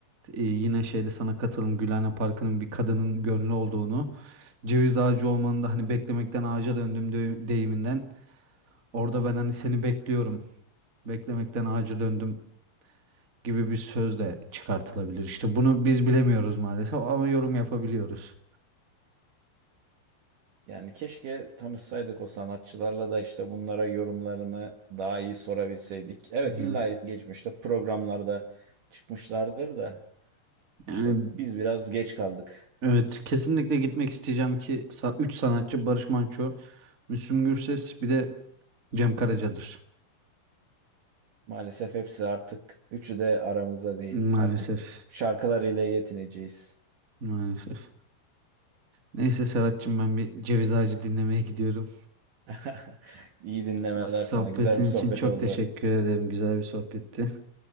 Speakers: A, on the right (about 50°); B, on the right (about 65°).
A: e, yine şeyde sana katılım Gülhane Parkı'nın bir kadının gönlü olduğunu. ceviz ağacı olmanı da hani beklemekten ağaca döndüm de- deyiminden orada ben hani seni bekliyorum beklemekten ağaca döndüm gibi bir söz de çıkartılabilir. İşte bunu biz bilemiyoruz maalesef ama yorum yapabiliyoruz.
B: Yani keşke tanışsaydık o sanatçılarla da işte bunlara yorumlarını daha iyi sorabilseydik. Evet
A: Hı.
B: illa geçmişte programlarda çıkmışlardır da
A: Yani
B: işte biz biraz geç kaldık.
A: evet kesinlikle gitmek isteyeceğim ki 3 sanatçı Barış Manço, Müslüm Gürses bir de Cem Karaca'dır.
B: Maalesef hepsi artık üçü de aramızda değil.
A: Maalesef.
B: Artık şarkılarıyla yetineceğiz.
A: Maalesef. Neyse Serhat'cığım ben bir ceviz ağacı dinlemeye gidiyorum.
B: <laughs> İyi dinlemeler
A: Sohbetin
B: sana. Güzel bir sohbet
A: için çok
B: oldu.
A: teşekkür ederim. Güzel bir sohbetti.